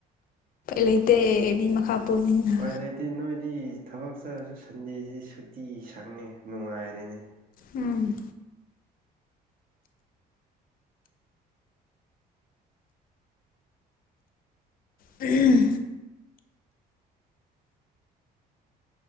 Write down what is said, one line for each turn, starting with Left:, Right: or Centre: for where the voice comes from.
Left: ꯂꯩꯇꯦ ꯃꯤ ꯃꯈꯥ ꯄꯣꯟꯅꯤꯅ
Right: ꯎꯄꯥꯏ ꯂꯩꯇꯦ ꯅꯣꯏꯗꯤ ꯊꯕꯛ ꯆꯠꯔꯁꯨ ꯁꯟꯗꯦꯖꯤꯗꯤ ꯁꯨꯇꯤ ꯁꯪꯉꯦ ꯅꯨꯡꯉꯥꯏꯔꯦꯅꯦ
Left: ꯎꯝ ꯎꯪ <unintelligible>